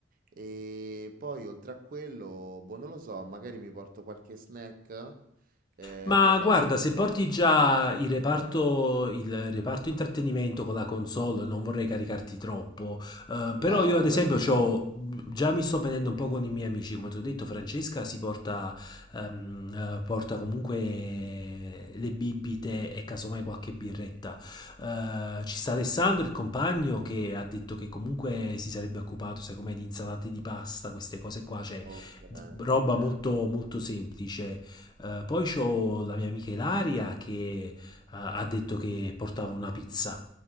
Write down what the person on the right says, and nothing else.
E poi oltre a quello, boh, non lo so, magari mi porto qualche snack eh,
per l'aperitivo.
No,
vabbè,
ok,
ok.